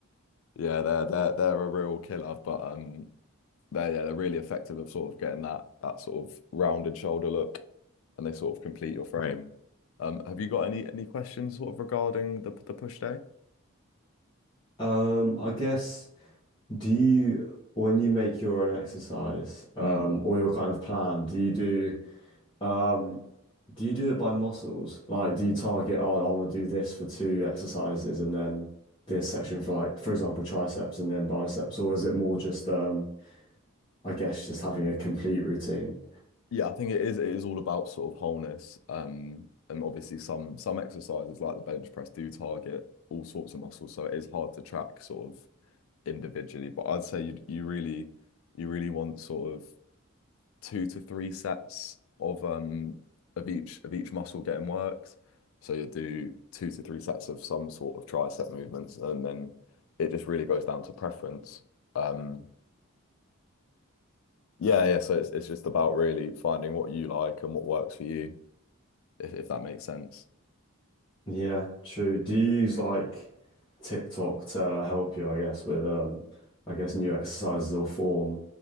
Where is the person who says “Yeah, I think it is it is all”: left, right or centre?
Left